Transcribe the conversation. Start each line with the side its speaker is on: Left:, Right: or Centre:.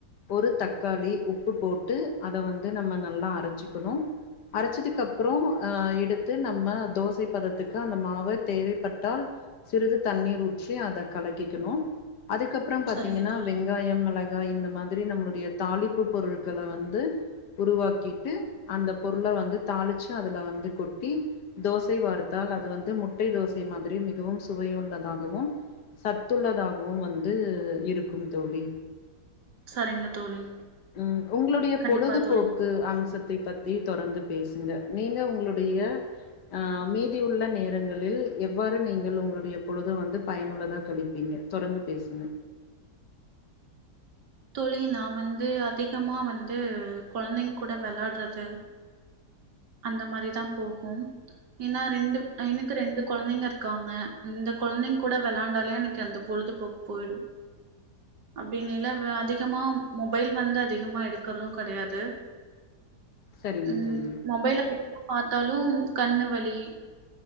Left: ஒரு தக்காளி உப்பு போட்டு அத வந்து நம்ம நல்லா அரைச்சுக்கணு அரச்சிதுக்கப்றோ ஆ எடுத் து நம்ம தோசை பதத்துக்கு அந்த மாவத் தேவைப்பட்டால் சிறிது தண்ணீர் ஊற்றி அதக் கலக்கிக்கணு அதுக்கப்பறோ பாத்தீங்கன்னா
Right: சரிங்க தோழி
Left: வெங்காயம் மெளகாய் இந்த மாத் ரி நம்ளுடைய தாளிப்பு பொருள்க்கள வந்து உருவாக்கிட்டு அந்த பொருள வந்து தாளிச்சு அதுல வந்து கொட்டி தோசை வார்த்தால் அது வந்து முட்டை தோசை மாதிரி மிகவும் சுவையோ உள்ளதாகவு சத்துள்ளதாகவு வந்து இருக்கும் தோழி
Right: சரிங்க தோழி
Left: உம் உங்ளுடைய
Right: கண்டிப்பா
Left: பொழுதுபோக்கு
Right: தோழி
Left: அம்சத்தை பத்தி தொடர்ந்து பேசுங்க நீங்க உங்ளுடைய ஆஹ் அமேதி உள்ள நேரங்களில் எவ்வாறு நீங்கள் உங்ளுடைய பொழுத வந்து பயனுள்ளதா கழிப்பீங்க தொடர்ந்து பேசுங்க
Right: தோழி நா வந்து அதிகமா வந்து கொழந்தைங்க் கூட வெள்ளாட்றது அந்த மாரிதான் போகும் ஏன்னா ரெண்டு எனக்கு ரெண்டு கொழந்தங்க இருக்காங்க அந்த கொழந்தங்க கூட வெளாண்டாலே எனக்கு அந்த பொழுது போக்கு போயிடும் அப்டினேல அதிகமா மொபைல் வந்து அதிகமா எடுக்கறதும் கெடையாது
Left: செரிங்க
Right: ம்
Left: தோழி
Right: மொபைல் பாத்தாலும் கண்ணு வலி